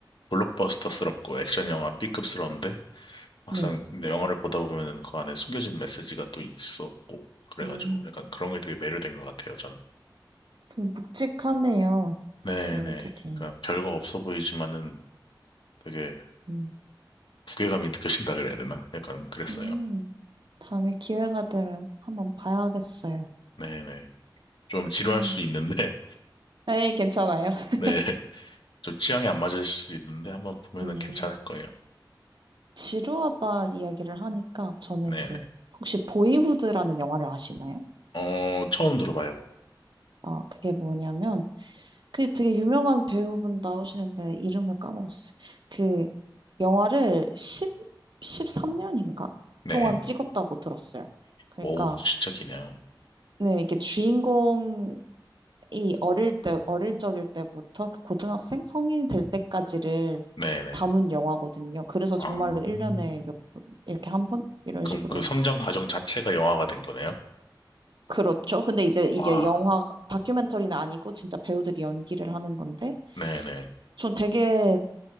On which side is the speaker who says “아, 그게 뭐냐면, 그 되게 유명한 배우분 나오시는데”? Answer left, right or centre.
Right